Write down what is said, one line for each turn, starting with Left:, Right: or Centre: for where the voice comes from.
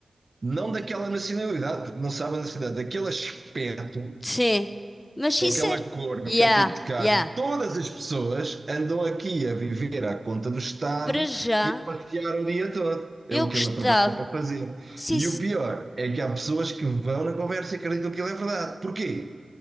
Right: não daquela nacionalidade, porque não sabem a nacionalidade, daquele aspecto,
Left: Sim, mas sincero.
Right: com aquela cor, com
Left: Ya,
Right: aquele tipo de carro,
Left: ya.
Right: todas as pessoas andam aqui a viver à conta do Estado
Left: Para já,
Right: e a passear o dia todo. É
Left: eu
Right: o
Left: gostava.
Right: que ele aproveita para fazer.
Left: Sim,
Right: E o pior é que há pessoas que vão na conversa e acreditam que ele é verdade. Porquê?